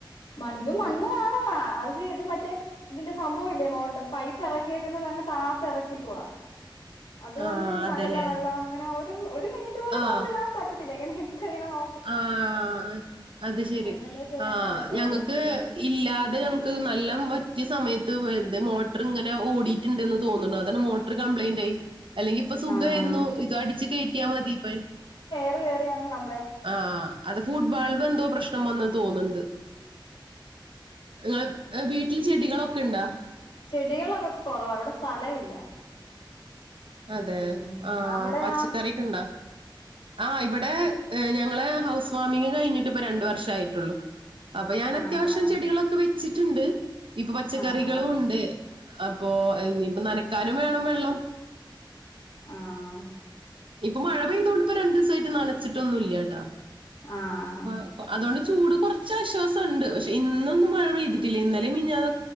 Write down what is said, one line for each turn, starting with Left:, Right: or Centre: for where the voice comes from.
Left: മ ഇത് മണ്ണ് കാണുവാ അത് ഇത് മറ്റേ ഇതിന്റെ സംഭവം ഇല്ലേ മോട്ടർ പൈപ്പ് ഇറക്കിയേക്കുന്നത് അങ്ങ് താത്ത് ഇറക്കിക്കുവാ അതുകൊണ്ട്
Right: ആഹ്
Left: ശകല
Right: അതെല്ലേ
Left: വെള്ളം അങ്ങനെ ഒരു ഒരു മിനിറ്റ് പോലും
Right: ആഹ്
Left: ഓട്ടർ ഇടാൻ പറ്റത്തില്ല ഇങ്ങനെ ഇട്ട് ഇങ്ങനെ നോ
Right: ആഹ് അത് ശെരി
Left: അങ്ങനെ ചെയ്യാനേ
Right: ആ
Left: പറ്റുള്ളൂ
Right: ഞങ്ങൾക്ക്
Left: ഉം ഉം
Right: ഇല്ലാതെ ഞങ്ങക്ക് നല്ലം റ്റിയ സമയത്ത് മോട്ടർ ഇങ്ങനെ ഓടിയിട്ടുണ്ടെന്ന് തോന്നുന്നു അതാണ് മോട്ടർ കംപ്ലൈന്റ് ആയി അല്ലെങ്കി ഇപ്പൊ സുഖമായിരുന്നു
Left: ആഹ്
Right: ഇതു അടിച്ച് കയറ്റിയാൽ മതി ഇപ്പയ്
Left: ട്ട് കേറിയങ്ങ് കം
Right: ആഹ് അത് ഫുഡ് വാൽവ് എന്തോ പ്രശ്നം
Left: ഉം
Right: വന്ന് തോന്നുന്നുണ്ട് നിങ്ങള് വീട്ടില് ചെടികളൊക്കെ ഉണ്ടാ
Left: ചെടികളൊക്കെ കുറവ അവിടെ സ്ഥലമില്ല
Right: അതെ
Left: ഉം
Right: ആഹ്
Left: അവിടെയോ
Right: പച്ചക്കക്കെ ഇണ്ടാ ആഹ് ഇവിടെ ഞങ്ങള് ഹൗസ് വാമിംഗ് കഴിഞ്ഞിട്ട് ഇപ്പ രണ്ട് വർഷം ആയിട്ടുള്ളു അപ്പൊ ഞാൻ
Left: ആഹ്
Right: അത്യാവശ്യം
Left: ആഹ്
Right: ചെടികളൊക്കെ വെച്ചിട്ടുണ്ട് ഇപ്പൊ പച്ചക്കറികളും
Left: ആഹ് ആഹ്
Right: ഉണ്ട് അപ്പൊ ഇനിപ്പ നനക്കാനും വേണം വെള്ളം
Left: ആഹ്
Right: ഇപ്പം മഴ പെയ്തോണ്ടിപ്പ രണ്ടൂസായിട്ട് നനച്ചിട്ടൊന്നു ഇല്ല്യാട്ടൊ
Left: ആഹ്
Right: ആ അതോണ്ട് ചൂട് കൊറച്ച് ആശ്വാസൊണ്ട് പക്ഷെ ഇന്നൊന്നും മഴ പെയ്തിട്ടില്ല ഇന്നലെം മിനിഞ്ഞാനൊ